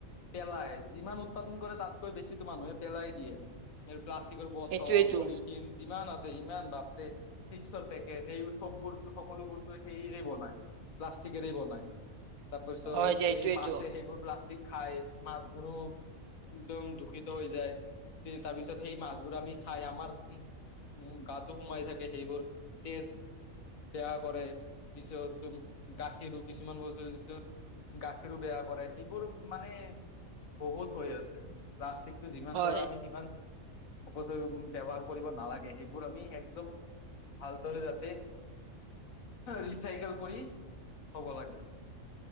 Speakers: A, on the left; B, on the right.
A: পেলাই যিমান উৎপাদন কৰে তাত। বেছি তোমাৰ মানুহে পেলাই দিয়ে এই প্লাষ্টিকৰ বটল
B: সেইটোয়েইটো
A: পলিথিন যিমান আছে। ইমান বাপ্ত চিপছৰ পেকেট সেইবোৰ সববোৰ সকলোবোৰতো সেইৰেই বনায়। প্লাষ্টিকেৰে বনায়। তাৰপিছত
B: হয় যে এইটোয়েইটো
A: এই মাছে সেইবোৰ প্লাষ্টিক খায়। মাছবোৰো একদম দুখিত হৈ যায়। তাৰ পিছত সেই মাছবোৰ আমি খাই আমাৰ উ গাতো সোমাই থাকে সেইবোৰ তেজ- বেয়া কৰে পিছতম গাখীৰো কিছুমান বস্তু পিছত গাখীৰো বেয়া কৰে এইবোৰ মানে বহুত হৈ আছে। প্লাষ্টিকটো যিমান
B: হয়
A: পাৰা সিমান অপচয় ব্যৱহাৰ কৰিব নালাগে সেইবোৰ আমি একদম ভালদৰে যাতে। ৰিচাইকেল কৰি হব লাগে।